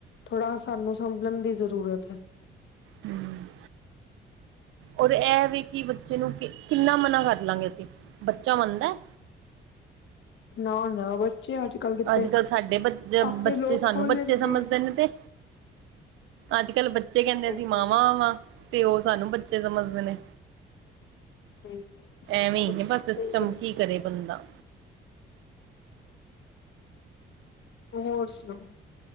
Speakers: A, on the left; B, on the right.
A: ਥੋੜਾ ਸਾਨੂੰ ਸੰਭਲਣ ਦੀ ਜ਼ਰੂਰਤ ਐ।
B: ਹਮ ਔਰ ਐ ਵੇ ਕਿ, ਬੱਚੇ ਨੂੰ ਕਿੰਨਾ ਮਨਾ ਕਰ ਲਾਂਗੇ ਅਸੀ, ਬੱਚਾ ਮੰਨਦਾ।
A: ਨਾ -ਨਾ ਬੱਚੇ, ਅੱਜ ਕੱਲ ਕਿਤੇ
B: ਅੱਜ -ਕੱਲ੍ਹ ਸਾਡੇ ਬ,
A: ਆਪੇ
B: ਬੱਚੇ
A: ਲੋਕ
B: ਸਾਨੂੰ
A: ਖੋਲ
B: ਬੱਚੇ
A: ਲੈਂਦੇ
B: ਸਮਝਦੇ
A: ਆ।
B: ਨੇ ਤੇ ਅੱਜ -ਕੱਲ ਬੱਚੇ ਕੈੰਦੇ
A: ਸਹੀ
B: ਅਸੀ
A: ਗੱਲ
B: ਮਾਵਾਂ
A: ਹੈ
B: ਵਾਂ। ਤੇ, ਓ ਸਾਨੂੰ ਬੱਚੇ ਸਮਝਦੇ ਨੇ।
A: ਸਹੀ ਗੱਲ ਹੈ ਸਹੀ
B: ਐਵੇਂ
A: ਗੱਲ ਹੈ
B: ਈ
A: ਬਿਲਕੁਲ
B: ਐ ਬਸ ਸਿਸਟਮ,
A: ਸਹੀ ਗੱਲ
B: ਕੀ ਕਰੇ ਬੰਦਾ?
A: ਹੋਰ ਸੁਨਾਓ,